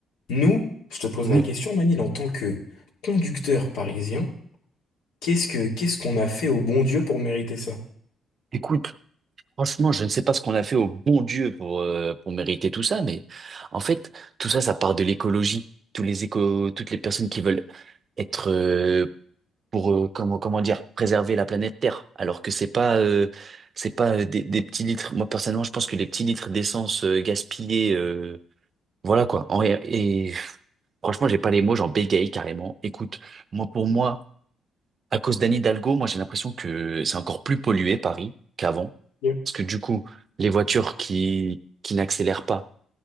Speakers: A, on the left (about 85°); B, on the right (about 45°).
A: nous, je te pose
B: Nous-
A: la question, Manil, en tant que conducteur parisien, qu'est-ce que qu'est-ce qu'on a fait au bon Dieu pour mériter ça?
B: écoute, franchement, je ne sais pas ce qu'on a fait au bon Dieu pour, euh, pour mériter tout ça, mais en fait, tout ça, ça part de l'écologie. Tous les éco, toutes les personnes qui veulent être euh, pour euh, comment comment dire préserver la planète Terre alors que c'est pas euh, c'est pas euh, des, des petits litres moi personnellement je pense que les petits litres d'essence euh, gaspillés euh, voilà quoi En- et, Franchement, j'ai pas les mots, j'en bégaye carrément. Écoute, moi pour moi, à cause d'Anne Hidalgo, moi j'ai l'impression que c'est encore plus pollué Paris qu'avant.
A: Bien.
B: Parce que du coup, les voitures qui, qui n'accélèrent pas,